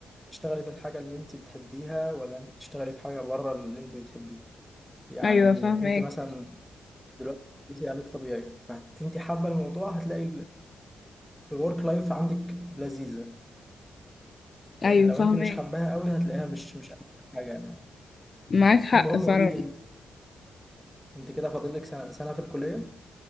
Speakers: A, in the centre; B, on the left.
A: بتشتغلي في الحاجة اللي أنت بتحبيها ولا أنت بتشتغلي في حاجة بره اللي أنت بتحبيها يعني
B: ايوه فاهمك
A: أنت مثلا دلوقتي بتدرسي علاج طبيعي فأنت حابة الموضوع هتلاقي الورك لايف عندك لذيذة لكن
B: ايوه
A: لو
B: فاهمك
A: أنت مش حباها قوي هتلاقيها مش مش أحسن حاجة يعني
B: معاك حق
A: المهم
B: فعلا
A: قولي لي أنت أنت كده فاضل لك سنة سنة في الكلية